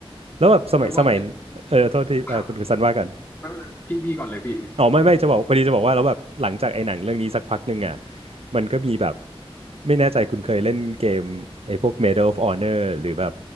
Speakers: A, on the right (about 75°); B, on the left (about 15°).
A: แล้วแบบสมัยสมัย
B: แล้วบางช่วง
A: เออโทษทีเออคุณคุณซันว่ากัน
B: ขับ ไม่เป็นไรพี่พี่ก่อนเลยพี่
A: อ๋อไม่ไม่จะบอกพอดีจะบอกว่าแล้วแบบหลังจากไอ้หนังเรื่องนี้สักพักหนึ่งอ่ะมันก็มีแบบไม่แน่ใจคุณเคยเล่นเกมไอ้พวก Medal of Honor หรือแบบ